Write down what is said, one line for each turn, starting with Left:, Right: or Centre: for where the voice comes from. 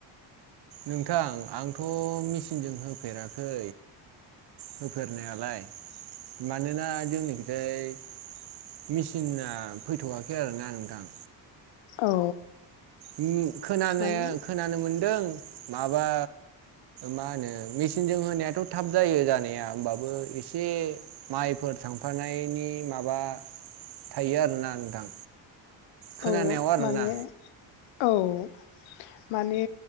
Right: नोंथां आंथ' मेचिनजों होफेराखै। होफेरनायालाय मानोना जोंनिखैजाय मेचिना फैथ'वाखै आरोना नोंथां।
Left: औ।
Right: उम खोनानो
Left: माने
Right: खोनानो मोनदों माबा मा होनो मेचिनजों होनायाथ' थाब जायो जानाया होमबाबो एसे माइफोर थांफानायनि माबा थायो आरोना नोंथां। खोनानायाव
Left: औ
Right: आरोना
Left: माने औ। माने